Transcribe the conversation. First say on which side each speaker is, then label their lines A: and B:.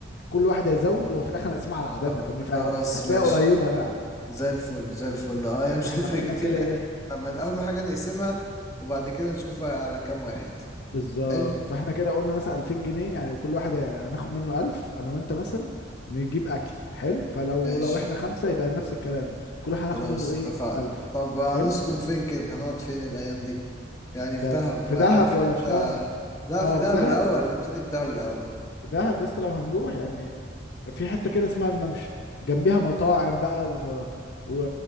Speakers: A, on the left; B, on the left.
A: كل واحد هيزود وفي الاخر هنقسمها على عددنا
B: خ-
A: فاهمني
B: خلاص
A: فهتلاقيها
B: ماشي
A: قريبه يعني
B: زي الفل زي الفل اه هي مش
A: فاحنا
B: تفرق
A: قلنا
B: كتير
A: كده ايه
B: يعني لما اهم حاجة نقسمها وبعد كده نشوف بقى على كام واحد
A: بالظبط
B: حلو
A: فاحنا كده قلنا مثلا 2000 جنيه يعني كل واحد هي- هناخد منه 1000 انا وانت مثلا نجيب اكل حلو فلو
B: ماشي
A: لو احنا خمسه يبقى نفس الكلام كل واحد هناخد
B: خلاص
A: منه ايه
B: اتفقنا
A: 1000
B: طب هنسكن
A: حلو
B: فين كده هنقعد فين الأيام دي يعني
A: ده
B: في دهب
A: في
B: عارف
A: دهب ولا
B: حتة
A: في شرم
B: لا
A: اه
B: في دهب
A: في دهب
B: الأول نبتدي بدهب الأول
A: دهب يا اسطى لو هنروح يعني في حتة كده اسمها الممشى جنبيها مطاعم بقى و... و...